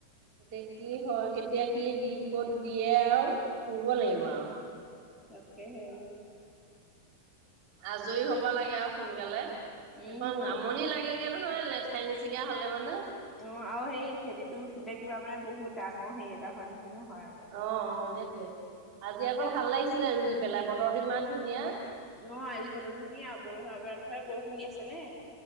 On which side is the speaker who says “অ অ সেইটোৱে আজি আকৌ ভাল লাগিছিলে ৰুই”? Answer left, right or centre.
Right